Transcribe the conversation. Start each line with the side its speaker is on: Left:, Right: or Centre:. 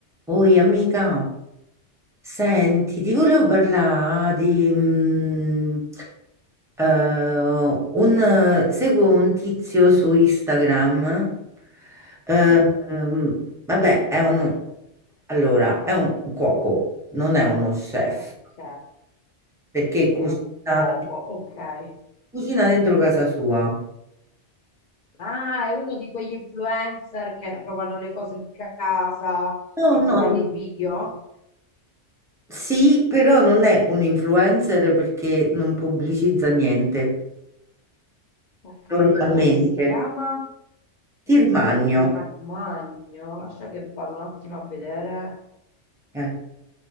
Centre: Oi amica, senti, ti volevo parlare di mm, eh, un, seguo un tizio su Instagram. eh,
Left: Mm,
Centre: ehm, vabbè, è un, allora, è un cuoco, non è uno chef,
Left: ok,
Centre: perché
Left: è
Centre: cucina,
Left: un cuoco, ok.
Centre: cucina dentro casa sua.
Left: Ah, è uno di quegli influencer che provano le cose in casa
Centre: No,
Left: e
Centre: no,
Left: ti fanno i video.
Centre: sì, però non è un influencer perché non pubblicizza niente
Left: Ok,
Centre: normalmente.
Left: hai detto che si chiama
Centre: Tirmagno,
Left: Tirmagno. Lascia che vado un attimo a vedere.
Centre: eh.